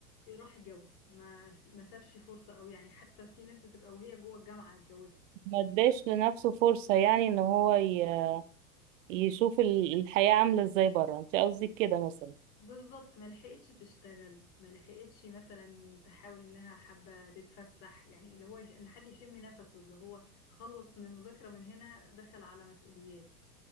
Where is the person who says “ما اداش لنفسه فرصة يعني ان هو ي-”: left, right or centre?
Right